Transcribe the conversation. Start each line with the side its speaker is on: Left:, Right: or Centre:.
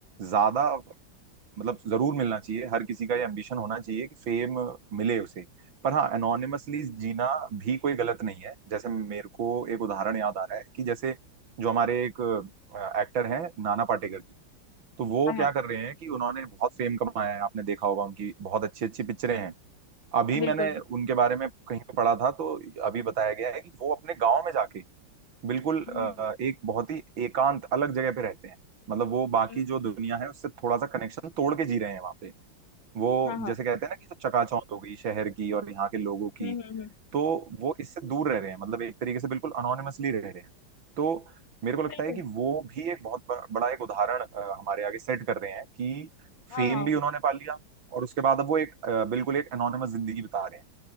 Right: ज्यादा मतलब जरूर मिलना चाहिए हर किसी का ये एम्बिशन होना चाहिए कि फेम मिले उसे पर हाँ एनोनिमसली जीना भी कोई गलत नहीं है जैसे मेरे को एक उदाहरण याद आ रहा है कि जैसे जो हमारे एक एक्टर हैं नाना पाटेकर जी तो वो
Left: हाँ
Right: क्या
Left: हाँ
Right: कर रहे हैं कि उन्होंने बहुत फेम कमाया है आपने देखा होगा उनकी बहुत अच्छी अच्छी पिक्चरें हैं अभी मैंने
Left: बिल्कुल
Right: उनके बारे में कहीं पे पढ़ा था तो अभी बताया गया है कि वो अपने गांव में जाके बिल्कुल अ,
Left: हम्म
Right: एक बहुत ही एकांत अलग जगह पे रहते हैं मतलब वो बाकी
Left: हम्म,
Right: जो दुनिया है उससे थोड़ा सा कनेक्शन तोड़ के जी रहे हैं वहां पे वो
Left: हाँ हाँ
Right: जैसे कहते हैं ना कि जो चकाचौंध हो गई शहर की और यहाँ के लोगों की
Left: हम्म हम्म हम्म,
Right: तो वो इससे दूर रह रहे हैं मतलब एक तरीके से बिल्कुल अनोनिमसली रह रहे हैं तो मेरे को लगता
Left: बिल्कुल
Right: है कि वो भी एक बहुत ब- बड़ा एक उदाहरण अ, हमारे आगे सेट कर रहे हैं कि
Left: हाँ
Right: फेम
Left: हाँ
Right: भी उन्होंने पा लिया और उसके बाद अब वो एक अ, बिल्कुल एक अनोनिमस जिंदगी बिता रहे हैं